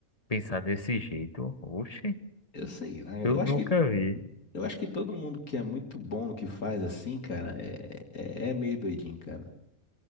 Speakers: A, on the left; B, on the left.
A: Pensar desse jeito. Oxe,
B: Eu sei, né?
A: eu
B: Eu acho
A: nunca
B: que
A: vi.
B: Eu acho que todo mundo que é muito bom no que faz assim, cara, é, é, é meio doidinho, cara.